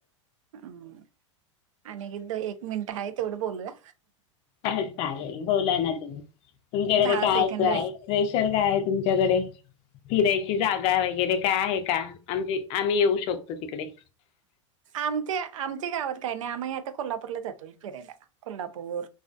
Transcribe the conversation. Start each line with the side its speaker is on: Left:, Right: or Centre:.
Right: हम. आणि इथ एक मिनिट आहे तेवढं बोलूया.
Left: चालेल चालेल. बोला ना तुम्ही. तुमच्या
Right: दहा
Left: कड काय
Right: सेकंड
Left: विषय आहे. स्पेशल काय आहे तुमच्याकडे? फिरायची जागा. वगैरे काय आहे का. म्हणजे आम्ही येऊ शकतो तिकडे?
Right: आमच्या आमच्या गावात काही नाही. आम्ही आता कोल्हापूरला जातोय फिरायला. कोल्हापूर,